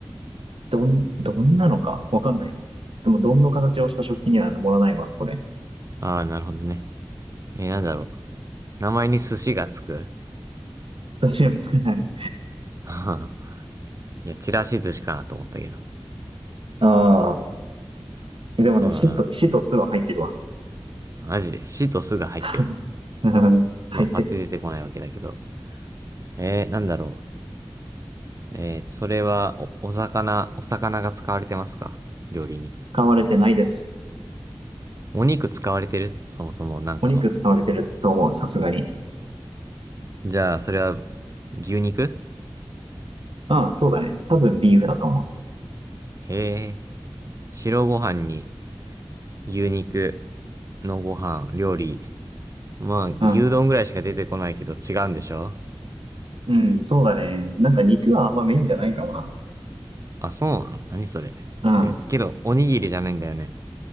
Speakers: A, on the right; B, on the right.
A: どん、どんなのかわかんない。でも、どんの形をした食器には盛らないわ、これ。
B: ああ、なるほどね。えーなんだろう。名前に寿司がつく
A: 私はつかない。
B: <laughs> いや、ちらし寿司かなと思ったけど。
A: ああ。でもね、
B: そうだな。
A: シと、シと酢は入ってるわ。
B: マジで、しとすが入ってんの。
A: <laughs> うん入ってる。
B: まあ、パッて出てこないわけだけど。えーなんだろう。えーそれは、お、お魚、お魚が使われてますか料理に。
A: 使われてないです。
B: お肉使われてるそもそも、なんかの。
A: お肉使われてると思う、さすがに。
B: じゃあ、それは、牛肉
A: ああ、そうだね。多分ビーフだと思
B: へえ、白ご飯に、牛肉のご飯、料理。まあ、
A: う。
B: 牛丼ぐらいしか出てこないけど違うんでしょ
A: うん。うん、そうだね。なんか肉はあんまメインじゃないかもな。
B: あ、そうなの何それ。
A: うん。
B: ですけど、おにぎりじゃないんだよね。